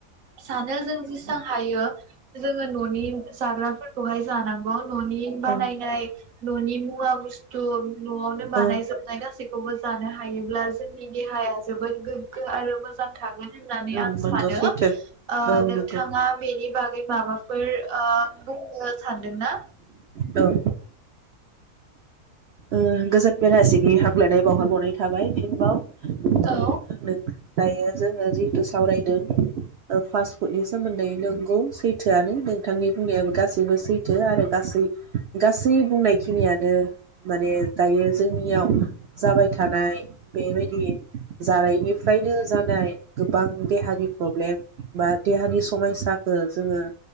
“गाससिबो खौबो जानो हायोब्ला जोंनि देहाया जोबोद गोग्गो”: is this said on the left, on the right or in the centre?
Right